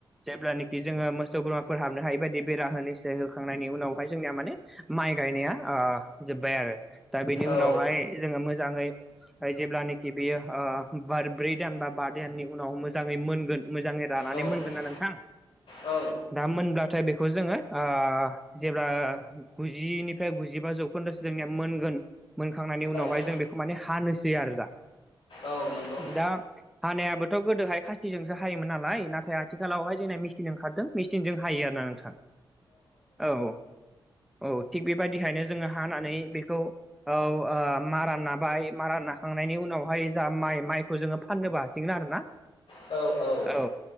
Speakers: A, in the centre; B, on the left.
A: जेब्लानोखि जोङो मोसौ बोरमाफोर हाबनो हायैबायदि बेरा होनोसै होखांनायनि उनावहाय जोंनिया माने माइ गायनाया ओ जोब्बाय आरो दा बेनि
B: औ
A: उनावहाय जोङो मोजाङै जेब्लानाखि बेयो ओ बार ब्रै दान बा बा दाननि उनाव मोजाङै मोनगोन मोजाङै रानानै
B: औ
A: मोनगोन
B: नंगौ औ
A: ना नोंथां।
B: औ
A: दा मोनब्लाथाय बेखौ जोङो ओ जेब्ला गुजिनिफ्राय गुजिबा जौखोन्दोसो जोंनिया मोनगोन मोनखांनायनि उनावहाय
B: औ
A: जों बेखौ माने हानोसै आरो दा।
B: औ नंगौ।
A: दा हानायाबोथ' गोदोहाय खास्थिजोंसो हायोमोन नालाय नाथाय आथिखालावहाय जोंना मिस थिन ओंखारदों मिसथिनजों हायो आरो ना नोंथां। औ। औ थिग बेबायदिहायनो जोङो हानानै बेखौ औ ओ मारा नाबाय मारा ना खांनायनि उनावहाय जा माइ माइखौ जोङो फाननोबो हासिगोन आरोना।
B: औ औ।
A: औ